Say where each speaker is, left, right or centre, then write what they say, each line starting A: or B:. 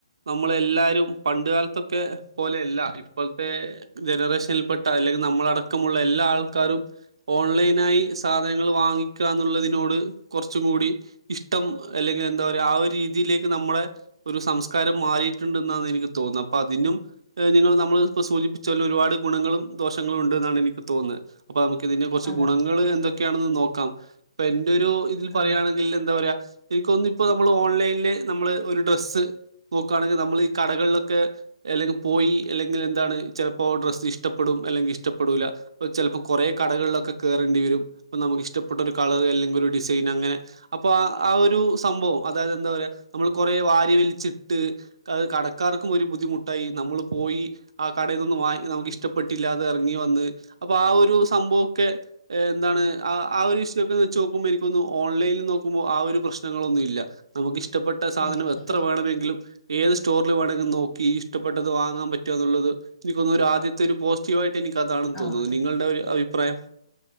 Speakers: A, on the right (about 65°); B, on the left (about 25°).
A: നമ്മള എല്ലാരും പണ്ട് കാലത്തൊക്കെ പോലെയല്ല ഇപ്പോഴത്തെ ജനറേഷനിൽ പെട്ട് ട്ട അല്ലെങ്കിൽ നമ്മളടക്കമുള്ള എല്ലാ ആൾക്കാരും ഓൺലൈനായി സാധനങ്ങൾ വാങ്ങിക്കുക എന്നുള്ള നോട് കുറച്ചും കൂടി ഇഷ്ടം അല്ലെങ്കിൽ എന്താ പറ ആ ഒരു രീതിയിലേക്ക് നമ്മളെ ഒരു സംസ് കാരം മാറിയിട്ടുണ്ടെന്നാണ് എനിക്ക് തോന്നുന്നത് അപ്പൊ അതിനും ഏഹ് നിങ്ങള് നമ്മള് ഇപ്പോ സൂചിപ്പിച്ചപോലെ ഒരുപാട് ഗുണങ്ങളും ദോഷങ്ങളും ഉണ്ട് എന്നാണ് എനിക്ക് തോന്നുന്നപ്പ്ളി. ത് അപ്പൊ നമുക്ക് ഇതിന്റെ കുറച്ച്
B: അതെ
A: ഗുണങ്ങൾ എന്തൊക്കെയാണെന്ന് നോക്കാം ഇ എന്റെ ഒരു ഇതിൽ പറയുകയാണെങ്കിൽ
B: അതെ അതെ
A: എന്താ പറയാ എനിക്കൊന്ന് ഇപ്പോ നമ്മള് ഓൺലൈനില് നമ്മള് ഒരു ഡ്രസ്സ് നോക്കുകയാണെങ്കിൽ നമ്മള് ഈ കടകളിലൊക്കെ അല്ലെങ്കി പോയി അല്ലെങ്കിൽ എന്താണ് ചിലപ്പോൾ ഡ്രസ്സ് ഇഷ്ടപ്പെടും അല്ലെങ്കിൽ ഷ് ഇഷ്ടപ്പെടൂല അപ്പ ചെലപ്പോ കുറേ കടകളിലൊക്കെ കേറേണ്ടി വരും അപ്പൊ നമുക്ക് ഇഷ്ടപ്പെട്ടൊര് കളർ അല്ലെങ്കിൽ ഒരു ഡിസൈൻ അങ്ങനെ അപ്പൊ ആ ആ ഒരു സംഭവം അതായത് എന്താ പറയാ നമ്മൾ കൊറെ വാരി വലിച്ചിട്ട് കടക്കാർക്കും ഒരു ബുദ്ധിമുട്ടായി നമ്മള് പോ പോയി ആ കടയിന്നൊന്നും വാങ് നമുക്ക് ഇഷ്ടപ്പെട്ടില്ലാതെ ഇറങ്ങി വന്ന് അപ്പൊ ആ ഒരു സംഭവൊക്കെ എന്താണ് ആ ആ ഒരു ഇഷ് ഒക്കെ വെച്ച് നോക്കുമ്പോ എനിക്കൊന്നു ഓൺലൈനിൽ നോക്കുമ്പോ ആ ഒരു പ്രശ്നങ്ങളൊന്നും ഇല്ല നമുക്ക് ഇഷ് ഇഷ്ടപ്പെട്ട സാധനം
B: ഇല്ല ഇല്ല
A: എത്ര
B: അതെ
A: വേണമെങ്കിലും ഏത് സ്റ്റോറില് വേണോങ്കി നോക്കി ഇഷ്ടപ്പെട്ടത് വാങ്ങാൻ പറ്റുക എന്നുള്ളത് എനിക്കൊന്നുന്നു ഒരു ആദ്യത്തെ ഒരു പോസിറ്റീവ് ആയിട്ട് എനിക്കതാണ്
B: ആഹ്
A: തോന്നുന്നത്
B: അതെ
A: നിങ്ങളുടെ ഒരു അഭിപ്രായം